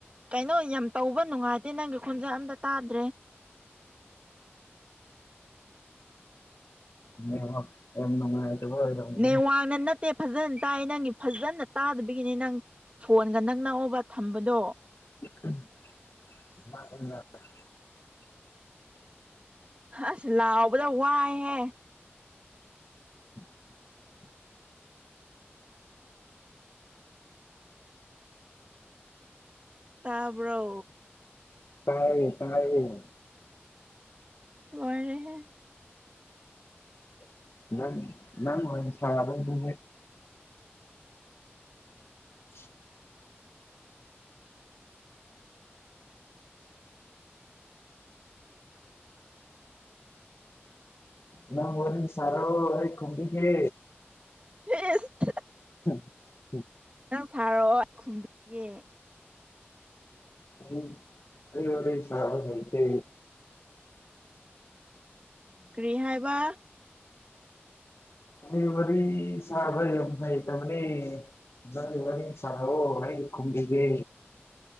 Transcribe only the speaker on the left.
ꯅꯦꯠꯋꯥꯛ ꯌꯥꯝ ꯅꯨꯡꯉꯥꯏꯇꯕ ꯑꯣꯏꯔꯝꯒꯅꯤ
<unintelligible>
<inaudible>
ꯇꯥꯏꯌꯦ ꯇꯥꯏꯌꯦ
<inaudible> ꯅꯪ ꯅꯪ ꯑꯣꯏꯅ ꯁ꯭ꯇꯣꯟ ꯑꯗꯨꯗꯤ <inaudible> ꯅꯪ ꯋꯥꯔꯤ ꯁꯥꯔꯣ ꯑꯩ ꯈꯨꯝꯕꯤꯒꯦ
<inaudible>
ꯑꯩ ꯑꯩ ꯋꯥꯔꯤ ꯁꯥꯕ ꯂꯩꯇꯦ
ꯃꯤ ꯋꯥꯕꯤ ꯁꯥꯔꯕ ꯌꯥꯝ ꯍꯩꯇꯕꯅꯦ ꯅꯪ ꯋꯥꯔꯤ ꯁꯥꯅꯧꯑꯣ ꯑꯩ ꯈꯨꯝꯕꯤꯒꯦ